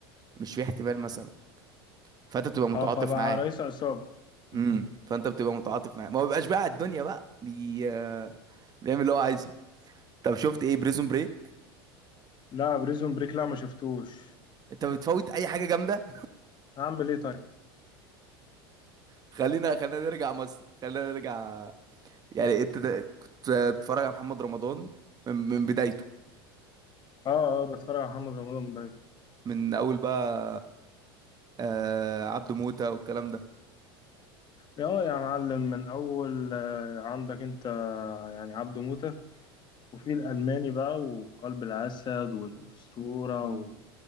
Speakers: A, on the right; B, on the left.
A: مش في احتمال مثلا فانت بتبقى متعاطف
B: اه فبقى
A: معاه
B: رئيس عصابة <laughs>
A: امم فانت بتبقى متعاطف معاه ما بيبقاش بقى على الدنيا بقى بي... آه، بيعمل اللي هو عايزه طب شفت ايه بريزون بريك
B: لا بريزون بريك لا ما شفتوش
A: انت بتفوت اي حاجه جامده
B: هعمل ايه طيب
A: خلينا خلينا نرجع مصر خلينا نرجع يعني انت ده- كنت آه، بتتفرج على محمد رمضان من, من بدايته
B: اه اه بتفرج على محمد رمضان بقيت
A: من اول بقى آه عبده موتة والكلام ده
B: اه يا معلم من اول آه، عندك انت آه، يعني عبده موتة وفي الالماني بقى وقلب الاسد والاسطورة
A: مم.
B: و...